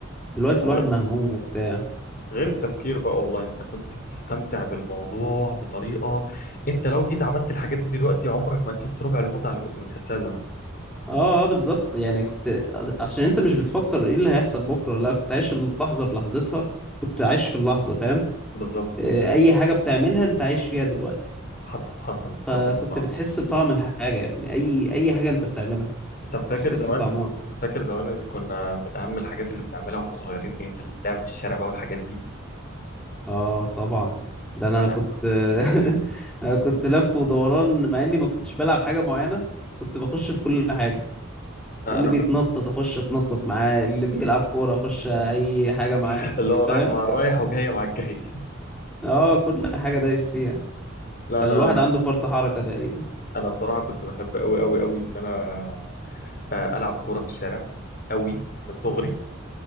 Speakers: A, in the centre; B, on the left.
A: دلوقتي
B: وغير
A: الواحد مهموم وبتاع
B: التفكير بقى والله انت كنت بتستمتع بالموضوع بطريقه انت لو جيت عملت الحاجات دي دلوقتي عمرك ما هتحس ربع المتعه اللي كنت بتحسها زمان
A: اه اه بالظبط يعني كنت عشان انت مش بتفكر ايه اللي هيحصل بكرة ولا كنت عايش اللحظة بلحظتها كنت عايش في اللحظة فاهم
B: بالظبط
A: آه، اي حاجة بتعملها انت عايش فيها دلوقتي
B: حصل حصل
A: فكنت
B: حصل بصراحه
A: بتحس بطعم الحاجة يا ابني أي أي حاجة أنت بتعملها
B: انت فاكر
A: بتحس
B: زمان
A: بطعمها
B: فاكر زمان ان كنا من اهم الحاجات اللي بنعملها واحنا صغيرين ايه في اللعب في الشارع بقى والحاجات دي
A: آه طبعا ده أنا
B: انا
A: كنت <laughs> أنا كنت لف ودوران مع إني ما كنتش بلعب حاجة معينة كنت بخش في كل حاجة
B: انا
A: اللي بيتنطط
B: كنت
A: أخش أتنطط معاه اللي بيلعب كورة أخش أي حاجة معاه
B: <laughs> اللي هو رايح
A: فاهم
B: مع الرايح وجاي مع الجاي
A: آه كل حاجة دايس فيها
B: لا
A: كان
B: انا
A: الواحد عنده فرط حركة تقريبا
B: انا بصراحه كنت بحب قوي قوي قوي ان انا آه، العب كوره في الشارع قوي من صغري